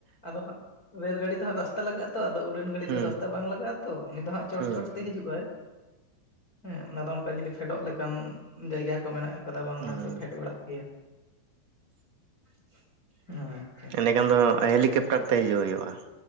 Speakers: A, on the left; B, on the right.
A: ᱟᱫᱚ ᱦᱟᱸᱜ ᱨᱮᱹᱞ ᱜᱟᱹᱰᱤ ᱫᱚ ᱦᱟᱸᱜ ᱨᱟᱥᱛᱟ ᱞᱟᱜᱟᱜ -ᱟ ᱛᱚ, ᱟᱫᱚ ᱩᱰᱟᱹᱱ ᱜᱟᱹᱰᱤ
B: ᱦᱩᱸ
A: ᱫᱚ ᱨᱟᱥᱛᱟ ᱵᱟᱝ ᱞᱟᱜᱟᱜᱼᱟ ᱛᱚ᱾ ᱩᱱᱤ ᱫᱚ ᱦᱟᱸᱜ ᱪᱚᱴ
B: ᱦᱩᱸ
A: ᱪᱚᱴ ᱛᱮ ᱦᱤᱡᱩᱜᱼᱟᱭ᱾ ᱥᱤ ᱟᱫᱚ ᱚᱱᱠᱟ ᱡᱩᱫᱤ ᱯᱷᱮᱰᱚᱜ ᱞᱮᱠᱟᱱ ᱡᱟᱭᱜᱟ ᱠᱚ ᱢᱮᱱᱟᱜ-ᱟ᱾ ᱚᱱᱠᱟ ᱫᱚ ᱵᱟᱝ,
B: ᱦᱩᱸ
A: ᱚᱱᱟ ᱠᱚᱨᱮ ᱯᱷᱮᱰ ᱵᱟᱲᱟᱜ ᱜᱮᱭᱟ ᱾ ᱦᱩᱸ
B: ᱮᱸᱰᱮᱠᱷᱟᱱ ᱫᱚ ᱦᱮᱞᱤᱠᱮᱯᱴᱟᱨ ᱛᱮ ᱦᱤᱡᱩᱜ ᱦᱩᱭᱩᱜᱼᱟ᱾